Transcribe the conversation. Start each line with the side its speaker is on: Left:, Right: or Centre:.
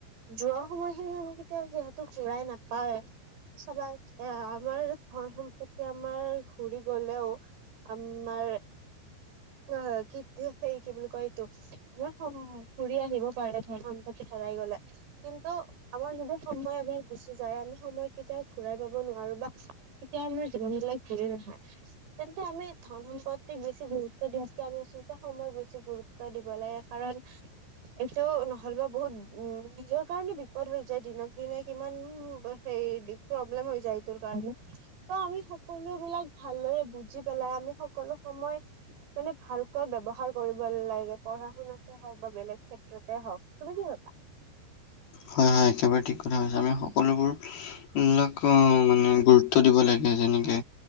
Right: যোৱা সময়খিনি আমাক কেতিয়াও যিহেতু ঘুৰাই নাপায়ওঁ চবা এ আমাৰ ধন সম্পত্তি আমাৰ ঘূৰি গলেও আমাৰ অ কি সেই কি বুলি কতো আমাৰ ঘুৰি আহিব পাৰে ধৰ ধ পাতি হেৰাই গলে কিন্তু আমাৰ যদি সময় এবাৰ গুচি যায় আমি সময় কেতিয়াও ঘূৰাই পাব নোৱাৰো বা এতিয়া আমাৰ জীৱন বিলাক ঘূৰি নহা তেন্তে আমি ধন সম্পদ্ত বছি গুৰু কে আমি আচলতে সময়ক বেছি গুৰুত্ব দিব লাগে কাৰণ এইটো নহ'লবা বহুত উম নিজৰ কাৰণে বিপদ হৈ যায় দিনক দিনে কিমান সেই প্ৰব্লেম হৈ যায় তোৰ কাৰণ ত আমি সকলো বিলাক ভালদৰে বুজি পেলাই আমি সকলো সময় মানে ভালকৈ ব্যৱহাৰ কৰিব লাগে পঢ়া শুনাত হওক বা বেলেগ ক্ষেত্ৰতে হওক তুমি কি হবা
Left: হয় হয় একেবাৰে ঠিক কথা হৈছে আমি সকলোবোৰ নকওঁ মানে গুৰুত্ব দিব লাগে যেনেকে